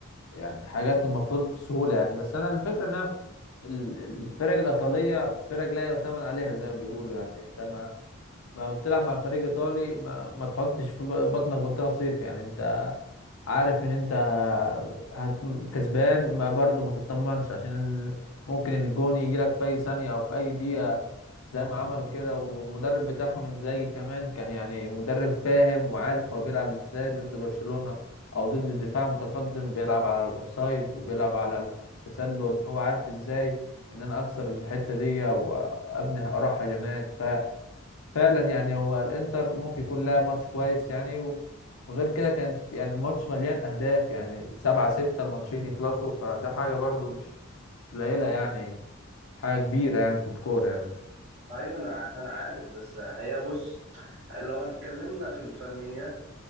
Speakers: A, on the left; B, on the right.
A: يعني حاجات المفروض بسهولة يعني بس أنا الفكرة إن أنا ال- الفرق الإيطالية فرق لا يؤتمن عليها زي ما بيقولوا يعني أنت ما ما بتلعب مع فريق إيطالي ما, ما تحطش في بطنك بطيخة صيف يعني أنت عارف ان انت هت- كسبان ما برضو ما تطمنش عشان ممكن الجون يجي لك في اي ثانية او في اي دقيقة زي ما عملوا كده والمدرب بتاعهم انزاجي كمان كان يعني مدرب فاهم وعارف هو بيلعب ازاي ضد برشلونة او ضد دفاع متقدم بيلعب على الاوفسايد وبيلعب على التسلل هو عارف ازاي ان انا اكسر الحتة دي وابني اروح هجمات فعلا يعني هو الانتر ممكن يكون لها ماتش كويس يعني و... وغير كده كانت في- يعني الماتش مليان اهداف يعني سبعة ستة الماتشين يخلصوا فده حاجة برضو مش مش قليلة يعني حاجة كبيرة يعني في الكورة يعني
B: ايوه انا ع- انا عارف بس هي بص لو هنتكلمنا في الفنيات